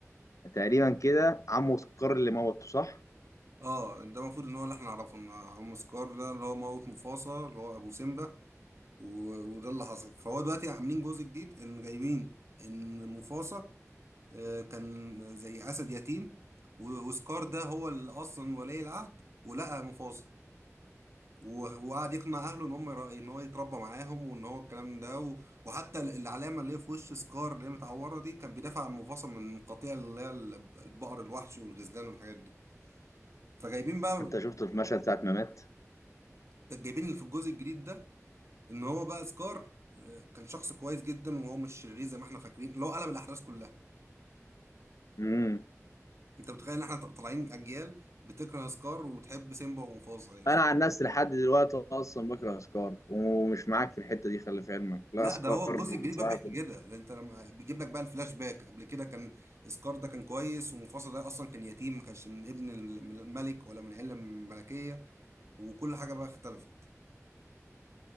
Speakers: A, on the left; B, on the right.
A: تقريبا كده عمه سكار اللي موته صح؟
B: اه ده المفروض ان هو اللي احنا نعرفه ان عم سكار ده اللي هو موت مفاصل اللي هو ابو سيمبا و- وده اللي حصل فهو دلوقتي عاملين جزء جديد ان جايبين ان مفاصة آه، كان زي اسد يتيم و- وسكار ده هو اللي اصلا ولي العهد ولقى مفاصة و- وقعد يقنع اهله ان هم يرا- ان هو يتربى معاهم وان هو الكلام ده و- وحتى ال- العلامه اللي هي في وش سكار اللي هي متعوره دي كان بيدافع عن مفاصة من قطيع اللي هي الب- البقر الوحشي والغزلان والحاجات دي فجايبين بقى
A: انت شفته في مشهد ساعة ما مات
B: جايبين اللي في الجزء الجديد ده ان هو بقى سكار آه، كان شخص كويس جدا وهو مش شرير زي ما احنا فاكرين اللي هو قلب الاحداث كلها
A: امم
B: انت متخيل ان احنا طالعين اجيال بتكره سكار وتحب سيمبا ومفاصل يعني
A: انا
B: شايفين
A: عن نفسي لحد دلوقتي اصلا بكره اسكار ومش معاك في الحتة دي خلي في علمك لا
B: لا
A: اسكار
B: ده هو الجزء الجديد
A: بصراحة
B: بقى بيحكي كده لأن انت لما بيجيب لك بقى الفلاش باك قبل كده كان سكار ده كان كويس ومفاصل ده اصلا كان يتيم ما كانش من ابن ال- من الملك ولا من عيله ملكيه وكل حاجه بقى اختلفت